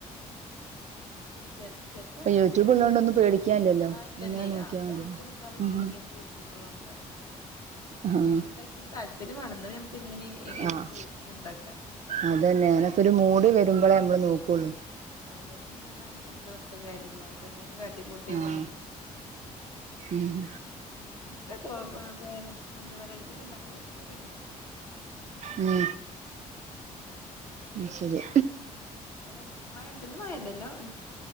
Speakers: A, on the left (about 85°); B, on the right (about 40°).
A: ചെ ചെലപ്പം
B: ഇപ്പൊ
A: ഇൻ
B: യൂട്യൂബ്
A: ചെയ്യാങ്കിലും
B: ഉള്ളോണ്ട് ഒന്നും
A: ഡ്രസ്റ്റ്
B: പേടിക്കാനില്ലല്ലോ
A: ആഹ് ഇല്ലല്ലേ
B: ഇങ്ങനെ നോക്കിയാ
A: ആ അത്
B: മതിയല്ലോ
A: നമുക്ക് എന്താവശ്യണ്ടെങ്കിലും
B: ഉം
A: യൂട്യൂബ് നോ ക്കാ
B: ആഹ്
A: പിന്നിം നമ്മക്കയ്ക്കൊരു താല്പര്യം വാണം ഇന്നാ <unintelligible> എങ്ങിനെ ഏത്
B: ആഹ്
A: ടേസ്റ്റിലും ഉണ്ടാക്കാ ക്ഷേ താല്പര്യല്ല
B: അതന്നെ അങ്ങനൊക്കെ
A: ന്ന്ണ്ടെങ്കില്
B: ഒരു മൂഡ്
A: ഞമ്മക്ക്
B: വരുമ്പളേ നമ്മള് നോക്കുള്ളൂ
A: <inaudible> അല്ലെങ്കിപ്പ ഞമ്മ എൻ എത്രപർണുട്ടും കാര്യല്ല നമ്മളെന്തെേലും കാ ട്ടിക്കൂട്ടി
B: ആഹ്
A: പണ്യെയ്ച്ചും.
B: ഉം
A: ഇഷ്ട ട്ടോ ഏഹ് ഏ മെന്താ വെറൈറ്റി ഒക്കെ ഇണ്ടാക്ക്ണക്കെ ഇഷ്ടക്കന്നേണ്.
B: ഉം ഉം ശരി
A: അടെ മഴ ഇണ്ടന്ന് ഇന്ന് മയല്ലല്ലോ